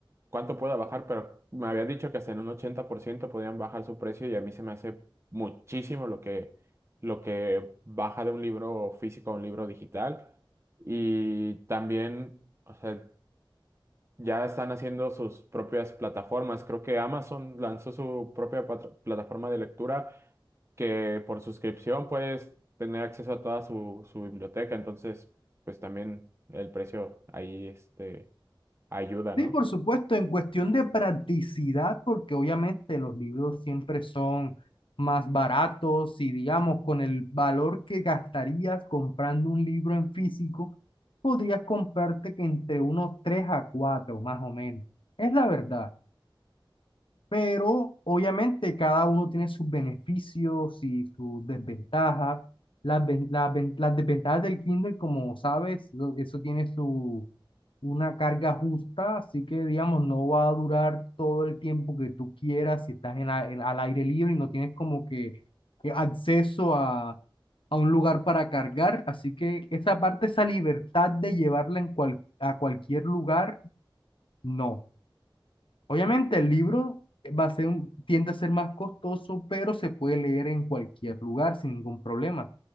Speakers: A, on the right; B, on the left.
A: cuánto pueda bajar, pero me habían dicho que hasta en un 80% podían bajar su precio y a mí se me hace muchísimo lo que, lo que baja de un libro físico a un libro digital y también, o sea, ya están haciendo sus propias plataformas. Creo que Amazon lanzó su propia pat- plataforma de lectura que por suscripción puedes tener acceso a toda su, su biblioteca. Entonces, pues también el precio ahí este, ayuda, ¿no?
B: Sí, por supuesto, en cuestión de practicidad, porque obviamente los libros siempre son más baratos y digamos, con el valor que gastarías comprando un libro en físico, podrías comprarte que entre unos 3 a 4, más o menos. Es la verdad pero obviamente cada uno tiene sus beneficios y sus desventajas. Las, ven- las ven- las desventajas del Kindle, como sabes, lo- eso tiene su, una carga justa, así que digamos, no va a durar todo el tiempo que tú quieras si estás en a- en- al aire libre y no tienes como que eh, acceso a, a un lugar para cargar, así que esa parte, esa libertad de llevarla en cual, a cualquier lugar, no. Obviamente
A: Sí.
B: el libro va a ser, un- tiende a ser más costoso, pero se puede leer en cualquier lugar sin ningún problema.